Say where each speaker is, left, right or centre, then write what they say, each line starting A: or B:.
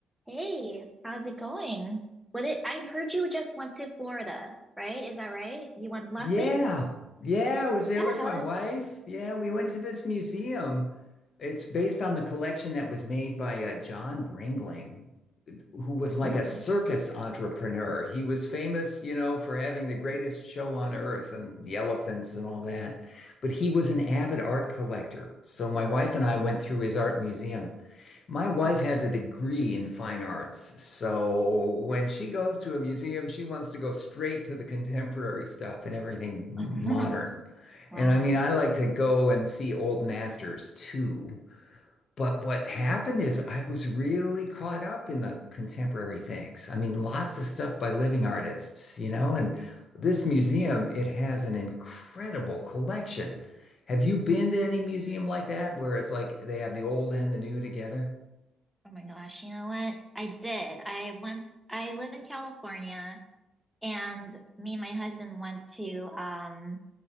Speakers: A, in the centre; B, on the left (about 50°).
A: Hey, how's it going? What it, I heard you just went to Florida, right? Is that right? You went last
B: Yeah.
A: week?
B: Yeah, I was there
A: Yeah,
B: with
A: how'd
B: my
A: that
B: wife.
A: go?
B: Yeah, we went to this museum. It's based on the collection that was made by uh, John Ringling, who was like
A: Oh,
B: a circus entrepreneur. He was famous, you know, for having the greatest show on earth and the elephants and all that. But he was an avid
A: Well-
B: art collector. So my wife and I went through his art museum. My wife has a degree in fine arts, so when she goes to a museum, she wants to go straight to the contemporary stuff and everything modern.
A: <laughs> wow.
B: And I mean, I like to go and see old masters too. But what happened is I was really caught up in the contemporary things. I mean, lots of stuff by living artists, you know, and this museum, it has an incredible collection. Have you been to any museum like that where it's like they have the old and the new together?
A: Oh my gosh, you know what? I did. I went, I live in California, and me and my husband went to um